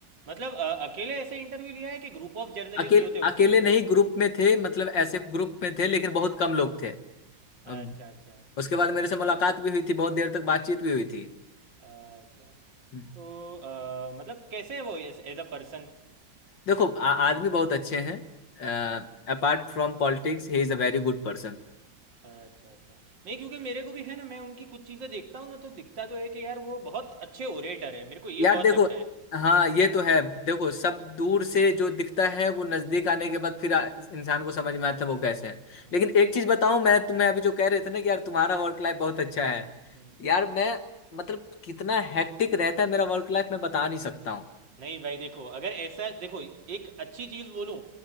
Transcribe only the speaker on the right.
मतलब अ, अकेले ऐसे इंटरव्यू लिया है कि ग्रुप ऑफ जर्नलिस्ट
होते हैं उसके
अंदर
अच्छा अच्छा
अच्छा
तो अ, मतलब कैसे है वो एज अ पर्सन
अच्छा अच्छा नहीं क्योंकि मेरे को भी है ना मैं उनकी कुछ चीज़ें देखता हूँ ना तो दिखता तो है कि यार वो बहुत अच्छे ओरेटर है मेरे को ये
बहुत
लगता है
हम्म,
हम्म।
नहीं भाई देखो अगर ऐसा देखो एक अच्छी चीज़ बोलूँ